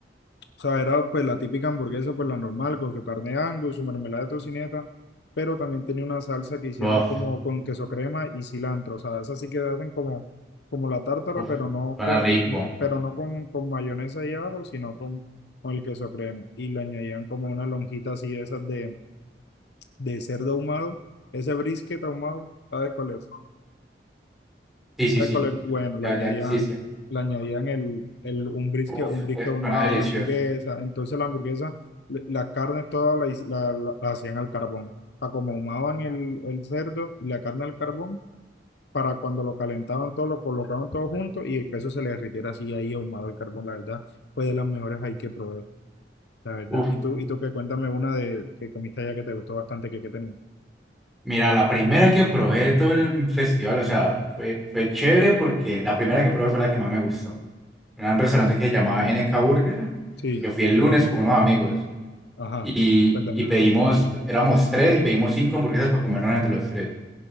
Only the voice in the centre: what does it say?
Uf,
uf,
suena
rico.
Sí,
sí, sí.
Ya,
ya, sí, sí.
Uf,
eh,
suena delicioso.
Uf,
Mira, la primera que probé de todo el festival, o sea, fue, fue chévere porque la primera que probé fue la que más me gustó. Era un restaurante que se llamaba NK Burger,
que fui el lunes con unos amigos
y,
y pedimos, éramos tres y pedimos cinco hamburguesas para comernos entre los tres.